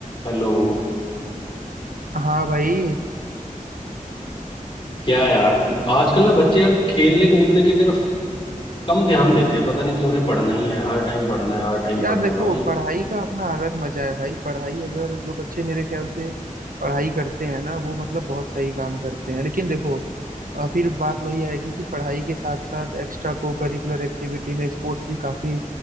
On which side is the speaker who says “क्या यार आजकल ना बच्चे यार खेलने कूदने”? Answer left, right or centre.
Left